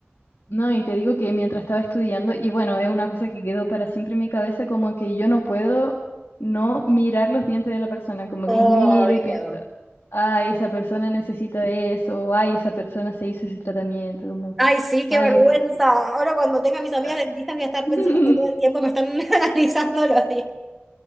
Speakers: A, on the left; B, in the centre.
A: No, y te digo que mientras estaba estudiando, y bueno, es una cosa que quedó para siempre en mi cabeza, como que yo no puedo no mirar los dientes de la persona, como
B: Obvio.
A: que los miro y pienso, ay, esa persona necesita eso, o ay, esa persona se hizo ese tratamiento, como,
B: Ay, sí, qué
A: ay,
B: vergüenza.
A: sí. sí,
B: Ahora cuando tenga a mis amigas
A: ah".
B: dentistas voy a estar
A: <laughs>
B: pensando que todo el tiempo me están <laughs> analizando los dientes.